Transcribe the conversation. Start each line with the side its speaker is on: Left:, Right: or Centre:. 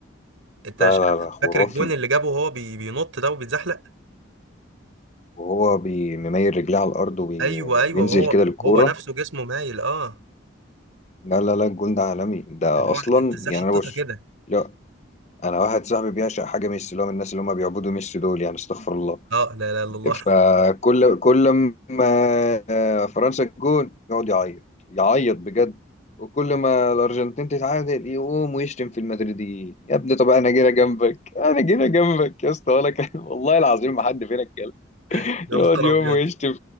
Right: انت
Left: لا
Right: مش-
Left: لا لا خرافي
Right: فاكر الجون اللي جابه وهو بي بينط ده وبيتزحلق
Left: وهو بيميل رجليه على الارض وبي...
Right: ايوه
Left: وينزل
Right: ايوه وهو
Left: كده للكوره
Right: هو نفسه جسمه مايل اه
Left: لا لا لا الجون ده عالمي ده
Right: اللي
Left: اصلا
Right: هو انت ازاي
Left: يعني
Right: حطيتها
Left: انا بص
Right: كده
Left: لا انا واحد صاحبي بيعشق حاجه ميسي اللي هو من الناس اللي هم بيعبدوا ميسي دول يعني استغفر الله
Right: اه لا لا لا الله
Left: فكل كل ما فرنسا الجون يقعد يعيط يعيط بجد وكل ما الارجنتين تتعادل يقوم ويشتم في المدريديين يا ابني طب انا جينا جنبك انا جينا جنبك يا اسطى ولا كان <laughs> والله العظيم ما حد فينا اتكلم
Right: <laughs> يا
Left: يقعد
Right: نهار
Left: يوم
Right: ابيض
Left: ويشتم